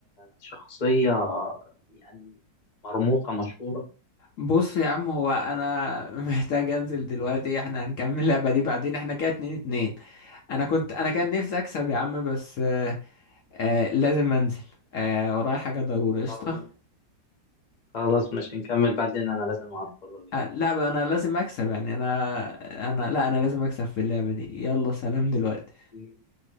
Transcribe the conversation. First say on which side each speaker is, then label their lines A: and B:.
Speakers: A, on the left (about 35°); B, on the left (about 70°).
A: شخصية يعني مرموقة مشهورة؟
B: بص يا عم هو انا <laughs> محتاج انزل دلوقتي احنا هنكمل اللعبة دي بعدين احنا كده اتنين اتنين انا كنت انا كان نفسي اكسب يا عم بس آه آه لازم انزل آه ورايا حاجة ضروري قشطة
A: خلاص خلاص مش نكمل بعدين أنا لازم أعرف الراجل
B: آه، لا انا لازم اكسب يعني انا انا لا انا لازم اكسب في اللعبة دي يلا سلام دلوقتي
A: ده